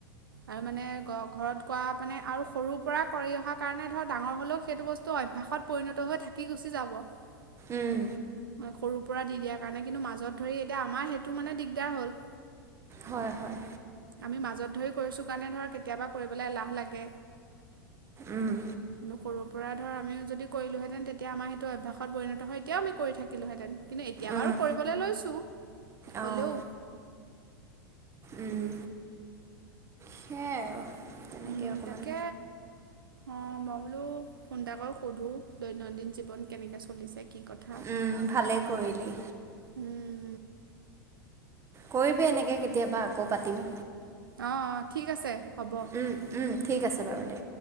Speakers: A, on the right (about 75°); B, on the right (about 25°).
A: আৰু মানে ঘৰত কোৱা মানে আৰু সৰু পৰা কৰি অহা কাৰণে ধৰ ডাঙৰ হলেও সেইটো বস্তু অভ্যাসত পৰিণত হৈ থাকি গুচি যাব সৰুৰ
B: উম,
A: পৰা দি দিয়াৰ কাৰণে কিন্তু মাজত ধৰি এতিয়া আমাৰ সেইটো মানে দিগদাৰ হ'ল
B: হয় হয়
A: আমি মাজত ধৰি কৰিছো কাৰণে ধৰ কেতিয়াবা কৰিবলৈ এলাহ লাগে
B: উম
A: নকৰো পৰা ধৰ আমিও যদি কৰিহেঁতেন তেতিয়া আমাৰ সেইটো অভ্যাসত পৰিণত হৈ এতিয়াও আমি কৰি থাকিলোঁহেঁতেন কিন্তু এতিয়া
B: উম,
A: বাৰু কৰিবলৈ লৈছোঁ হ'লেও
B: অঁ উম, সেয়াই আৰু তেনেকৈ
A: উম
B: অকণমান
A: তাকে অ মই বোলো ফোন এটা কৰি সোধো দৈনন্দিন জীৱন কেনেকে চলিছে চলিছে কি কথা
B: উম, ভালেই কৰিলি
A: উম
B: কৰিবি এনেকে কেতিয়াবা আকৌ পাতিম
A: অ অ ঠিক আছে হ'ব
B: উম উম ঠিক আছে বাৰু দে